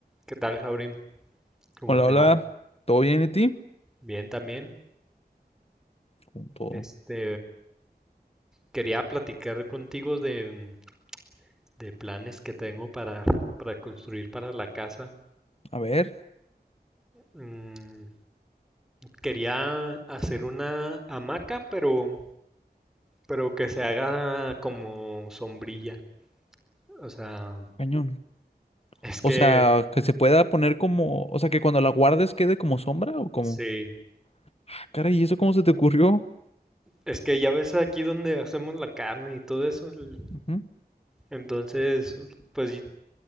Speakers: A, in the centre; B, on the left.
A: ¿Qué tal, Jaurim? ¿Cómo
B: Hola,
A: te
B: hola,
A: va?
B: ¿todo bien y ti?
A: Bien también.
B: Con todo.
A: Este, quería platicar contigo de, de planes que tengo para, para construir para la casa.
B: A ver,
A: Mm, quería hacer una hamaca, pero, pero que se haga como sombrilla. O sea,
B: cañón.
A: es que,
B: O sea, que se pueda poner como, o sea, que cuando la guardes quede como sombra o como.
A: sí,
B: Ah, Caray, ¿y eso cómo se te ocurrió?
A: es que ya ves aquí donde hacemos la carne y todo eso. el-
B: Ujú,
A: Entonces, pues